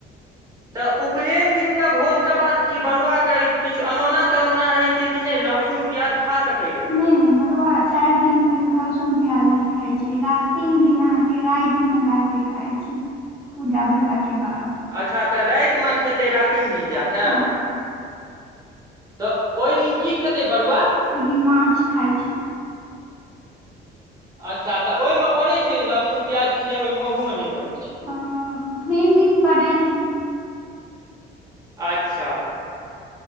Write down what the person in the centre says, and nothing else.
नहि नहि बरुआ चारि दिन तक लहसुन प्याज नै खाय छै रातिम दिन अहां के राति मे जाक खाइ छै पूजा भेला के बाद
हँ
ओहि दिन माछ खाइ छै।
हां, उपनैैन दिन पड़ै छै